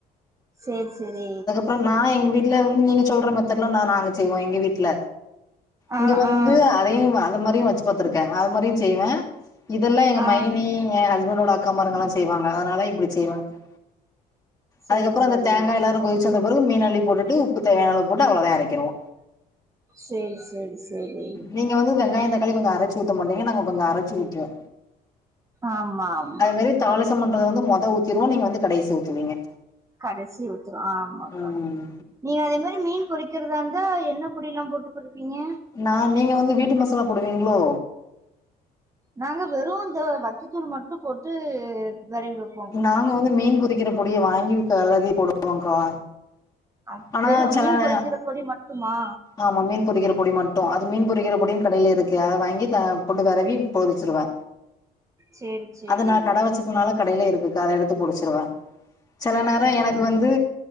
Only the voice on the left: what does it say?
அப்றோ நா எங்வீட்ல வந்து நீங்க சொல்ற மெத்தட்ல நா நாங்க செய்வோ எங்க வீட்ல
இங்க வந்து
அதையு அது மாறியு வச்சு பாத்திருக்கே அது மாறியு செய்வே இதெல்லா எங்க
மைனி எ ஹஸ்பண்டோட அக் கா மார்கல்லா செய்வாங்க அதனால தா இப்படி செய்வாங்க்கா
அதுக்கப்புறோ
அந்த தேங்கா எல்லாரு கொதி ச்சி வந்த பிறகு மீன் அள்ளி போட்டுட்டு உப்பு தேவையான அளவு போட்டு அவ்ளதா எரக்கிருவோ
நீங்க வந்து வெங்காயோ தக்காளி கொஞ்சோ அரச்சி ஊத்த மாட்டீங்க நாங்க கொஞ்சோ அரச்சி ஊத்துவோ
அதே மாரி தாளிசம் பண்றது வந்து மொத ஊத்திருவோ நீங்க வந்து கடைசி ஊத்துவீங்க
ம்
நா மீன் வந்து வீட்டு மசாலா போடுவீங்ளோ
நாங்க வந்து மீன் பொரிக்கிற பொடிய வாங்கி கிளறி போடுவோங்க்கா
ஆனா
செல
ஆமா மீன் பொரிக்கிற பொடி மட்டும் அது மீன் பொரிக்கிற பொடின்னு கடையில இருக்கு அத வாங்கி த போட்டுகர அத நா மீன் பொறிச்சிருவே
அத நா கடை வச்சு மூண் நாளா கடையிலே இருக்குகா அத எடுத்து புடிச்சிருவே சில நேர எனக்கு வந்து